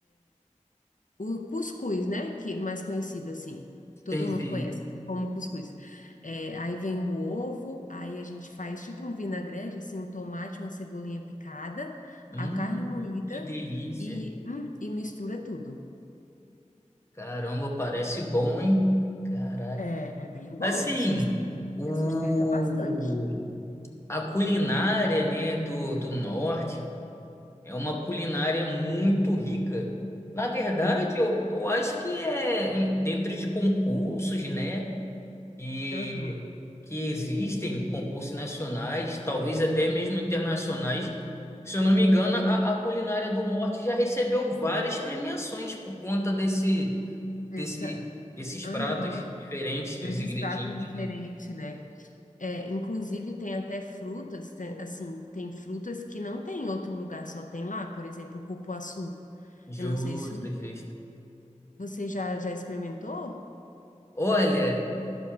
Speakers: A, on the left; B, on the left.
A: O cuscuz, né? Que mais conhecido assim. Todo
B: Sim,
A: mundo
B: sim.
A: conhece como cuscuz. É, aí vem o ovo, aí a gente faz tipo um vinagrete, assim, um tomate, uma cebolinha picada,
B: Hum,
A: a carne moída
B: que delícia.
A: e, hum, e mistura tudo.
B: Caramba, parece bom, hein? Caraca.
A: É, é bem bom,
B: Assim,
A: sus-
B: o
A: é, sustenta bastante.
B: A culinária, né, do, do norte é uma culinária muito rica. Na verdade,
A: Uhum.
B: eu, eu acho que é em- dentro de concursos, né, que,
A: Aham.
B: que existem, concursos nacionais, talvez até mesmo internacionais. Se eu não me engano, a, a culinária do norte já recebeu várias premiações por conta desse,
A: Essa-
B: desse, desses
A: aham.
B: pratos diferentes,
A: desses
B: dos ingredientes,
A: pratos diferentes,
B: né?
A: né? É, inclusive tem até frutas, tem- assim, tem frutas que não tem em outro lugar, só tem lá, por exemplo, o cupuaçu.
B: Justo,
A: Eu não sei se
B: justo.
A: você já, já experimentou,
B: Olha.